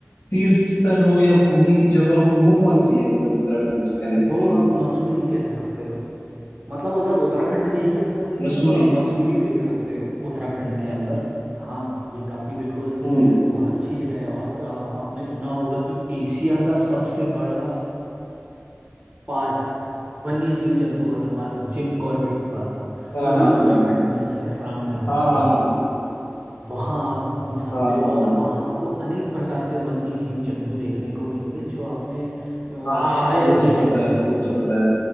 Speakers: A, on the left; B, on the right.
A: तीर्थ स्थल हो या घूमने की जगह हो वो कौन सी है मतलब उत्तराखंड से कनेक्टिंग
B: वो आप
A: में?
B: मसूरी कह सकते हो मतलब अगर उत्तराखंड के ही अंदर देखना
A: मसूरी
B: है तो आप मसूरी देख सकते हो उत्तराखंड के अंदर हाँ ये काफ़ी बिल्कुल
A: हम्म
B: बहुत अच्छी जगह है और अ, आपने सुना होगा कि एशिया का सबसे बड़ा अ, पार्क वन्य जीव जंतु वाला पार्क जिम कॉर्बेट पार्क
A: हाँ
B: वो भी
A: हाँ
B: उत्तराखंड
A: हाँ
B: में ही है रामनगर
A: हाँ
B: पे
A: हाँ
B: है
A: हाँ
B: वहाँ आप घूम सकते
A: हाँ
B: हो
A: हाँ
B: और
A: हाँ
B: वहाँ आपको अनेक प्रकार के वन्य जीव जंतु देखने को मिलेंगे जो आपने अ,
A: हाँ हाँ
B: शायद
A: हाँ वो
B: ही
A: तो पता
B: देखे हों
A: है वो तो पता है